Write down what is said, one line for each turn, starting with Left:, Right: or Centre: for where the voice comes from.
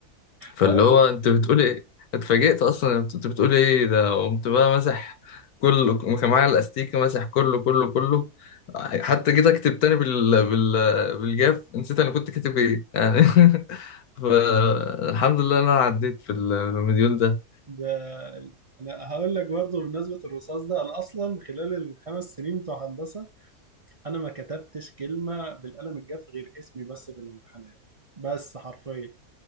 Left: فاللي
Right: هقول
Left: هو انت بتقول ايه اتفاجئت اصلا انت بتقول ايه ده قمت بقى مسح كله كان معايا الاستيكه مسح كله كله كله حتى جيت اكتب تاني بال... بال... بالجاف نسيت انا كنت كاتب ايه يعني <laughs> فالحمد لله إن انا عديت في المديول ده
Right: ده انا هقول لك برضه بمناسبه الرصاص ده انا اصلا خلال الخمس سنين بتوع هندسه انا ما كتبتش كلمه بالقلم الجاف غير اسمي بس في الامتحانات بس حرفيا